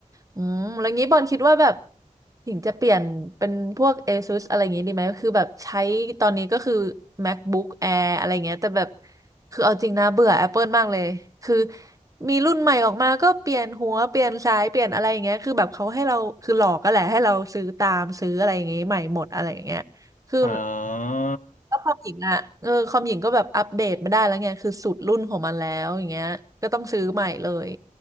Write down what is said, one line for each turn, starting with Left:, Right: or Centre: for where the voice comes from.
Right: อืมแล้วงี้บอลคิดว่าแบบหญิงจะเปลี่ยนเป็นพวก ASUS อะไรอย่างงี้ดีไหมคือแบบใช้ตอนนี้ก็คือ MacBook Air อะไรเงี้ยแต่แบบคือเอาจริงนะเบื่อ Apple มากเลย คือมีรุ่นใหม่ออกมาก็เปลี่ยนหัวเปลี่ยนสายเปลี่ยนอะไรอย่างเงี้ยคือแบบเขาให้เราคือหลอกก็แหละให้เราซื้อตามซื้ออะไรอย่างงี้ใหม่หมดอะไรอย่างเงี้ยคือ
Left: <laughs> อ๋อ
Right: แล้วความหญิงอ่ะเออความหญิงก็แบบอัปเดตไม่ได้แล้วไงคือสุดรุ่นของมันแล้วอย่างเงี้ยก็ต้องซื้อใหม่เลย